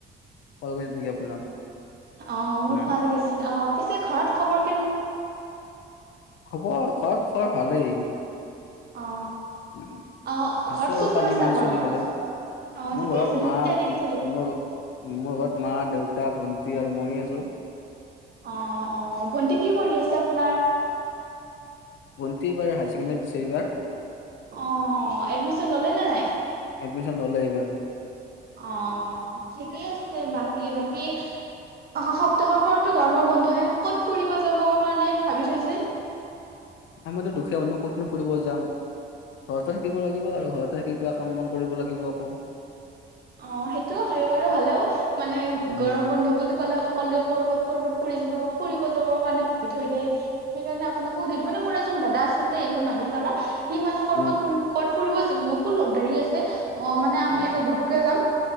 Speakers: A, on the left; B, on the right.
A: শুৱালকুছিত নিকি আপোনাৰ।
B: অ' মোৰ
A: উম,
B: শুৱালকুছিত অঁ, পিছে ঘৰত খবৰ কি
A: খবৰ ঘৰত খৰ ভালেই।
B: অ
A: উম,
B: আহ
A: আছো
B: ঘৰত
A: আৰু
B: কোন
A: টানি
B: কোন আছে
A: মানি
B: আপমনালোকৰ
A: চলি পেলাই,
B: অ
A: মোৰ
B: ঠিকয়া
A: ঘৰত
B: আছে
A: মা
B: সিতে এনেকে চ
A: মোৰ মোৰ ঘৰত মা দেউতা ভন্টি আৰু মই আছো।
B: অ অ ভণ্টি কি কৰি আছে আপোনাৰ?
A: ভণ্টি এইবাৰ হায়াৰ ছেকেণ্ডোৰী দিছে এইবাৰ
B: অ এডমিশ্যন ললে নে নাই
A: এডমিশ্যন ল'লে এইবাৰ।
B: অ ঠিকেই আছে বাকী বাকী। অহা সপ্তাহৰ পৰাৰতো গৰমৰ বন্ধহে ক'ত ফুৰিব যাব কাৰণে ভাবি থৈছে
A: আমাৰো দুখীয়া মানুহ ক'তনো ফুৰিব যাম। ঘৰতে থাকিব লাগিব আৰু ঘৰতে থাকি কা কাম বন কৰিব লাগিব আকৌ
B: অ সেইটোও হয় বাৰু হ'লেও মানে
A: উম,
B: গৰম বন্ধু বুলি কলে সকললেও কৰবাত কৰ'বাত ফুৰি যাব। ফুৰিব যাবৰ কাৰণে থৈ দ সেইকাৰণে আপোনাকো সুধিলো মানে মোৰ এজন দাদা আছিল দেই মোৰ মাহীৰ ল'ৰা। সি মানে কৰবাত
A: উম,
B: ক'ত ফুৰিব যাব মোকো লগ ধাৰি আছে অ মানে
A: উম,
B: আমাৰ এটা গ্ৰুপ যাম